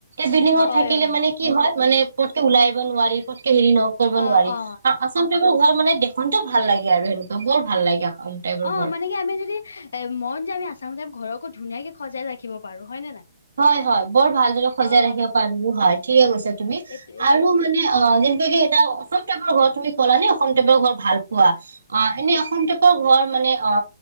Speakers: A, on the right; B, on the left.
A: বিনিময়ত
B: হয়
A: থাকি কিলে
B: অ
A: মানে কি হয় মান পতকে ওলাই আহিব নোৱাৰি। হেৰি ন কৰিব
B: অ
A: নোৱাৰি
B: অ
A: আৰু আচাম টাইপৰ টাইপৰ ঘৰ মানে দেখোংটেও ভাল লাগে আৰু সেনেকুৱা বৰ ভাল লাগে আসাম টাইপৰ
B: অ
A: ঘৰ
B: মানে কি আমি যদি এ মন যে আমি আছাম টাইপৰ ঘৰকো ধুনীয়াকে সজাই ৰাখিব পাৰো হয় নে নাই।
A: হয় হয় বৰ ভালদৰে সজাই
B: অ
A: ৰাখিব পাৰো হয়। ঠিকে কৈছা তুমি তুমি
B: এইটো এইটো
A: আৰু মানে অ এটা অসম টাইপৰ ঘৰ তুমি কলা নে অসম টাইপৰ ঘৰ ভাল পোৱা অ এনেই অসম টা ঘৰ মানে অ